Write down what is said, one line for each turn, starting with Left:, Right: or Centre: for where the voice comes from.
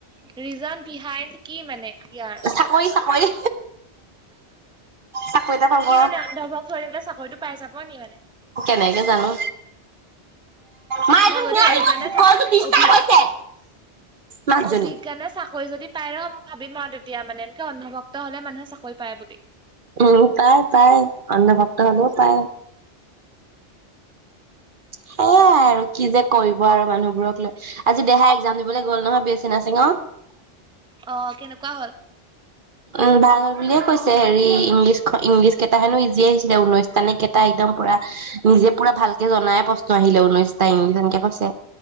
Centre: ৰিজন বিহাইণ্ড কি মানে? ইয়াৰ
Right: চাকৰি চাকৰি চাকৰি এটা পাব
Centre: কি
Right: আৰু
Centre: মানে অন্ধভ হৈ থাকিলে চাকৰিতটো পাই যাব মনি মানে।
Right: কেনেকে জানো মা এইটো
Centre: মই যদি
Right: নিয়া
Centre: অভিজ্ঞানে
Right: আহিব
Centre: চ
Right: কলটো ডিষ্টাৰ্ব
Centre: অভি
Right: হৈছে মানুহজনী।
Centre: অভিজ্ঞানে চাকৰি যদি পাই ৰ মই ভাবিম আৰু তেতিয়া মানে এনেকে অন্ধকাৰ তে হ'লে মানুহে চাকৰি পায় বুলি।
Right: উম পাই পায় অন্ধ ভক্ত হলেও পায়। সেইয়াই আৰু কি যে কৰিব আৰু মানুহবোৰক লৈ আজি দেহাই এক্সজাম দিবলৈ গ'ল নহয় বেচি নাচিং অ।
Centre: অ কেনেকুৱা হ'ল।
Right: উম ভাল হল বুলিয়ে কৈছে হেৰি ইংলিছ ইংলিছ কেইটা হেনো ইজিয় আহিছিলে ঊনৈশটাানে কেইটা একদম পুৰা নিজে পুৰা ভালকে জনাই প্ৰশ্ন আহিলে ঊনৈশটা ইংলিছ এনেকে কৈছে